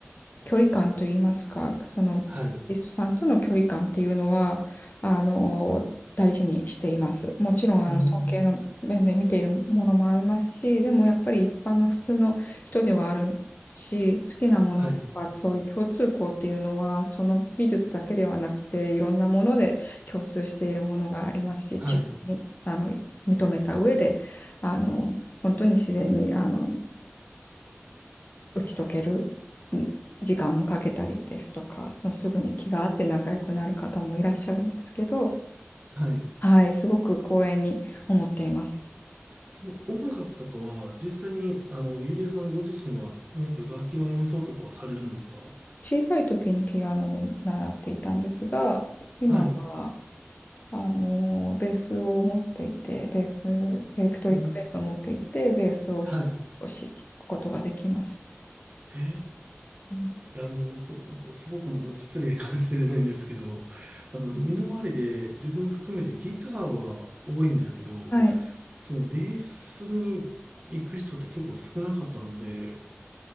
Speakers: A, on the left (about 40°); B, on the right (about 30°).
A: 距離感といいますか、その、
B: はい。
A: リストさんとの距離感っていうのは、あの、大事にしています。もちろん、あの、
B: うん。
A: 尊敬の面で見ているものもありますし、でもやっぱり一般の普通の人ではあるし、好きなものとか、
B: はい。
A: そういう共通項っていうのは、その美術だけではなくて、いろんなもので共通しているものがありますし、違いに、
B: はい。
A: あの、認めた上で、あの、本当に自然に、あの、打ち解けるん時間もかけたりですとか、もうすぐに気が合って仲良くなる方もいらっしゃるんですけど、
B: はい。
A: はい、すごく光栄に思っています。
B: その音楽とかは、実際に、あの、ゆりえさんご自身は何か楽器の演奏とかはされるんですか
A: 小さい時にピアノを習っていたんですが、今は、
B: はい。
A: あの、ベースを持っていて、ベース、エレクトリックベースを持っていて、
B: もう、
A: ベースを弾
B: はい。
A: くことができます。
B: え
A: うん
B: え、あの、こすごく失礼かもしれないんですけど、あの、身の回りで自分含めてギターは多いんですけど、
A: はい。
B: そのベースに行く人って結構少なかったので、